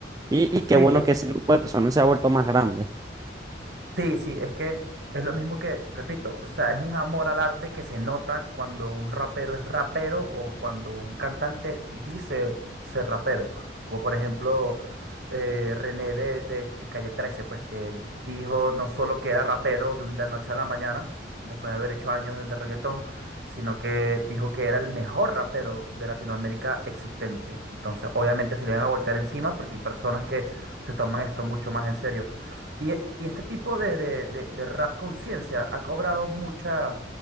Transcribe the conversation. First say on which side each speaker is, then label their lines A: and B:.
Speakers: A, on the right (about 20°); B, on the right (about 65°).
A: Y, y qué
B: Sí,
A: bueno
B: es
A: que ese grupo de personas se ha vuelto más grande.
B: Sí, sí, es que es lo mismo que, repito, o sea, es un amor al arte que se nota cuando un rapero es rapero o cuando un cantante dice ser rapero. Como por ejemplo eh, René de, de, de Calle trece, pues que él dijo no solo que era rapero de, un, de la noche a la mañana, después de haber hecho años de reggaetón, sino que dijo que era el mejor rapero de Latinoamérica existente. Entonces, obviamente se le van a voltear encima porque hay personas que se toman esto mucho más en serio. Y, y este tipo de, de- de- de rap conciencia ha cobrado mucha,